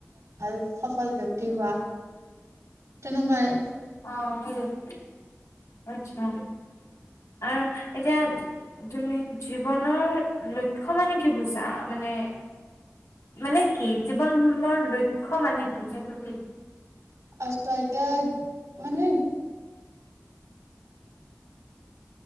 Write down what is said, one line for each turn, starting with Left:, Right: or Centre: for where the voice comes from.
Right: ভাল সফল ব্ক্তি হোৱা তেনেকুৱাই
Left: আহ হটো <unintelligible> আৰু এতিয়া তুমি জীৱনৰ লক্ষ্য মানে কি বুজা মানে? মানে মানে কি জীৱননৰ লক্ষ্য মানে কি হেতু কি?
Right: আচ্ছা, এতিয়া মানে